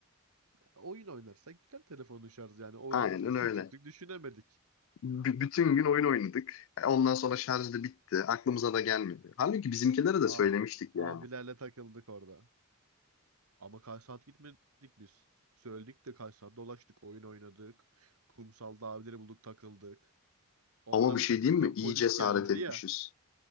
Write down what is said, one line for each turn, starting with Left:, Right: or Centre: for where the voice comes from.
Right: Oyun oynarsak biter telefonun şarjı yani. O
Left: Aynen
Right: an
Left: öyle.
Right: çocuktuk düşünemedik.
Left: B- bütün gün oyun oynadık. E, Ondan sonra şarj da bitti. Aklımıza da gelmedi. Halbuki bizimkilere de
Right: Aa,
Left: söylemiştik
Right: abilerle
Left: yani.
Right: takıldık orada. Ama kaç saat gitmedik biz. Söyledik de kaç saat dolaştık. Oyun oynadık. Kumsalda abileri bulduk takıldık. Onlarla
Left: Ama bir şey
Right: takılırken
Left: diyeyim mi? İyi
Right: polis
Left: cesaret
Right: geldi
Left: etmişiz.
Right: ya.